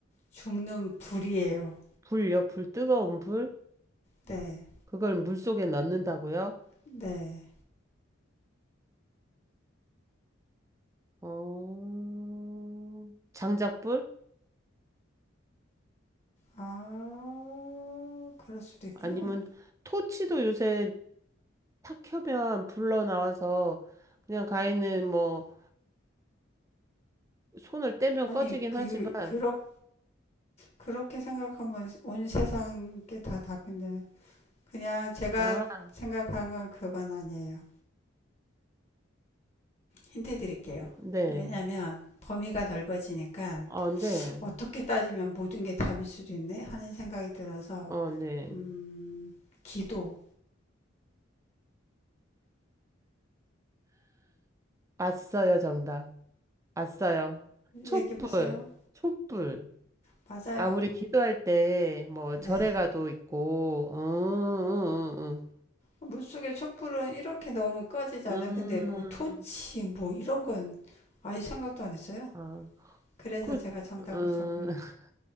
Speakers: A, on the left; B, on the right.
A: 죽는 불이에요.
B: 불요? 불, 뜨거운 불?
A: 네,
B: 그걸 물속에 넣는다고요?
A: 네.
B: 어, 장작불?
A: 아, 그럴 수도 있구나.
B: 아니면 토치도 요새 탁 켜면 불러 나와서 그냥 가인는뭐 손을 떼면
A: 아니,
B: 꺼지긴
A: 그,
B: 하지만,
A: 그렇 그렇게 생각하면 온 세상 게 다 답인데 그냥 제가
B: 아,
A: 생각한 건 그건 아니에요. 힌트 드릴게요.
B: 네.
A: 왜냐하면 범위가 넓어지니까
B: 어, 네.
A: 어떻게 따지면 모든 게 답일 수도 있네 하는 생각이 들어서
B: 어, 네.
A: 음, 기도
B: 왔어요, 정답. 왔어요. 촛불,
A: 얘기해 보세요.
B: 촛불.
A: 맞아요.
B: 아, 우리 기도할 때, 뭐,
A: 네.
B: 절에 가도 있고, 음,
A: 물속에 촛불은 이렇게 넣으면 꺼지잖아요.
B: 음, 음,
A: 근데 뭐 토치
B: 음.
A: 뭐 이런 건 아예 생각도 안 했어요.
B: 아,
A: 그래서
B: 그,
A: 제가 정답을
B: 음,
A: 적을
B: <laughs>